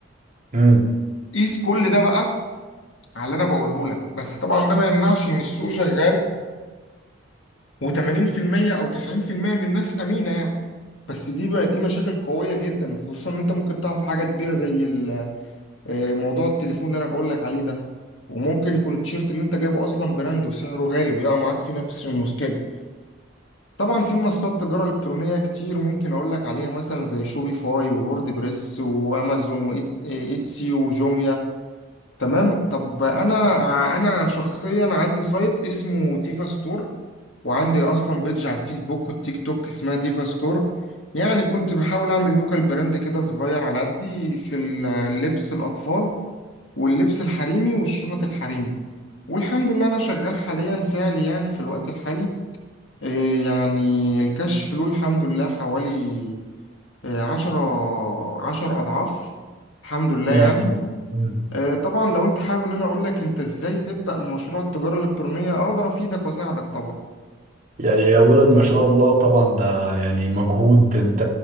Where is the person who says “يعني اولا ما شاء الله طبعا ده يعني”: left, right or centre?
Right